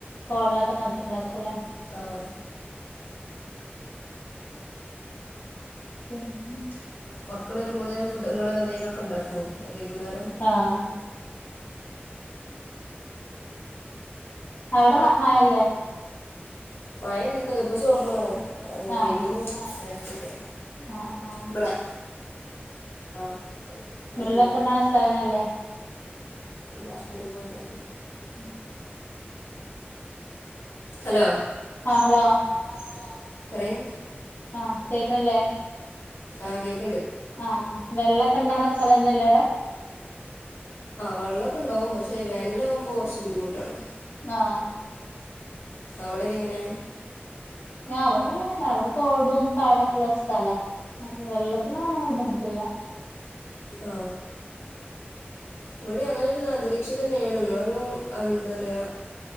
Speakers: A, on the left (about 50°); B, on the left (about 80°).
A: പൊള്ളൊക്കെ നോക്കി ഇണ്ടാക്കും ലെ
B: ആഹ്
A: <unintelligible>
B: മക്കൾ വരുമ്പോതിന് ഫുഡ്‌ ങ്ങൾ എന്തിഏലും ഒക്കെ ഉണ്ടാക്കുവോ വൈകുന്നേരം
A: ആഹ് അവടെ മയല്ലെ
B: മയണ്ട് ഇപ്പൊ ചോർന്ന്ണ് പേദീനു
A: ആഹ്
B: നേരത്തൊക്കെ
A: ആഹ് ആഹ്
B: ഇബടെ ആഹ്
A: വെള്ളൊക്കെ
B: അക്കീമാക്ക
A: ഉണ്ടാവണ സ്ഥലന്നല്ലേ
B: ആശ്പത്രീക്ക് പോയതാർന്ന്
A: ഉം
B: ഹലോ
A: ആഹ ഹലോ
B: ലോ പറയിം
A: ആ കേകാന്ല്ലേ
B: ആ കേക്ക്
A: ആ വെള്ളോക്കെണ്ടാവ്‌ണെ സ്ഥലംന്നല്ലേ അവിടെ
B: വെള്ളക്കണ്ടാവും പഷേ വേനലാവുമ്പം കൊറച്ച് ബുദ്ദിമുട്ടാണ്
A: അഹ്
B: അവടെക്കെ എങ്ങനെ
A: ആ ഇവിടെ വെള്ളൊക്കെ ഇണ്ടാവും ഇവിടെ തോടും പാടൊക്കെള്ളെ ഒരു സ്ഥല അപ്പൊ വെള്ളത്തിന് ഒന്നും അങ്ങനെ ബുദ്ധിമുട്ടില്ല
B: ഓ ഇവിടിം അങ്ങനെയുള്ള അന്തരീഷക്കെന്നെ ആണ് ഇന്നാലും അന്തറിയ